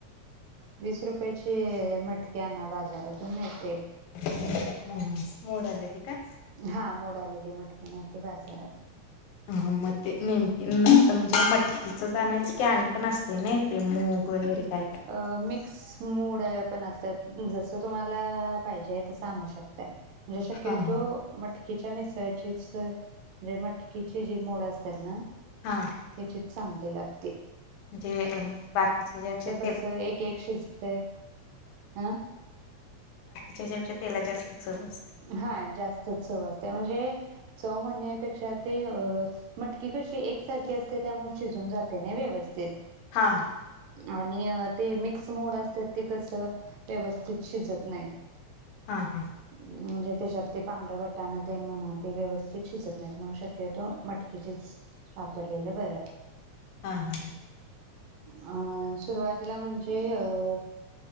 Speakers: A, on the right (about 75°); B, on the left (about 85°).
A: वीस रुपयाची म्हट ते आणा बाजारातून मिळतंय.
B: हम्म मोड आलेले काय
A: हा मोड आलेली मटकी मिळती बाजारात
B: हम्म म ते नेमकी म्हणजे मटकीच आणायचं की आणि पण असतय नाइ ते मूग वगैरे काय काय.
A: अ मिक्स मूड पण असतात जसं तुम्हाला पाहिजे तस आणू शकताय म्हणजे शक्यतो
B: हा हा.
A: मट कीच्या मिसळचीच म्हजे मटकीची जी मोड असत्यात ना
B: हा.
A: त्याचीच चांगली लाग
B: जे बाकीचे जे अशे
A: कस एक एक शिजतेय अं
B: त्याजापेक्षा तेला जास्त चव अस
A: हा जास्त चव असते म्हणजे चव म्हणण्यापेक्षा ते मटकी कशी एकसार की असते त्यामुळे शिजून जाते नाय व्य वस्थित
B: हा.
A: आणि ते मिक्स मोड असत्यात ते कस व्यवस्थित शिजत नाहीत.
B: हा हा
A: म्हणजे त्याच्यात ते पांढरं वाटण तेन म्हणा ते व्यवस्थित शिजत नाहीत म्हणून शक्यतो मटकीेचीच वापरलेला बर
B: हां, हां.
A: अं सुरुवातीला म्हणजे अ